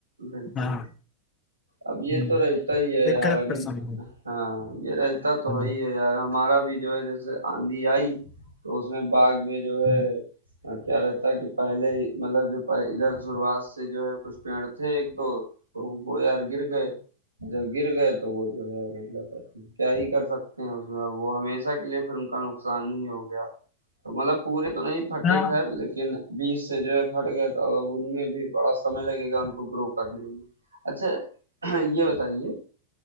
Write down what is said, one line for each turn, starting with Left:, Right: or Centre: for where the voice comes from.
Right: बिल्कुल
Left: हाँ
Right: अब ये
Left: हम्म,
Right: तो रहता ही है
Left: दिक्कत
Right: यार अभी
Left: का समय है
Right: हाँ ये रहता तो
Left: हम्म,
Right: है ही है यार हमारा भी जो है जैसे आंधी आई तो उसमें बाग में जो है
Left: हम्म,
Right: अ, क्या रहता है कि पहले ही- मतलब जो पह- इधर शुरुआत से जो है कुछ पेड़ थे एक दो तो वो यार गिर गए जब गिर गए तो वो जो है मतलब अब क्या ही कर सकते हैं उसमें अब वो हमेशा के लिए फिर उनका नुकसान ही हो गया तो मतलब पूरे तो नहीं फटे
Left: हाँ
Right: खैर लेकिन बीज से जो है फट गए तो अब उनमें भी बड़ा समय लगेगा उनको ग्रो करने में अच्छा <clears throat> ये बताइए